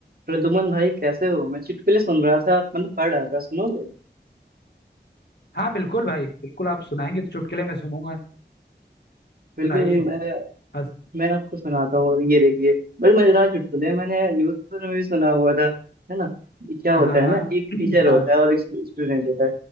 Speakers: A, on the right (about 55°); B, on the left (about 65°).
A: प्रदुमन भाई कैसे हो मैं चुटकुले सुन रहा था मतलब पढ़ रहा था सुनोगे
B: हाँ बिल्कुल भाई बिल्कुल आप सुनाएंगे तो चुटकुले में सुनूंगा
A: बिल्कुल
B: सुनाइए
A: मैं
B: हंस
A: मैं आपको सुनाता हूँ ये देखिए बड़े मजेदार चुटकुले हैं, मैंने न्यूज़पेपर में भी सुना हुआ था है ना ये क्या
B: हाँ
A: होता है
B: हाँ
A: ना एक
B: <clears throat>
A: टीचर
B: हाँ
A: होता है और एक स्टूडेंट होता है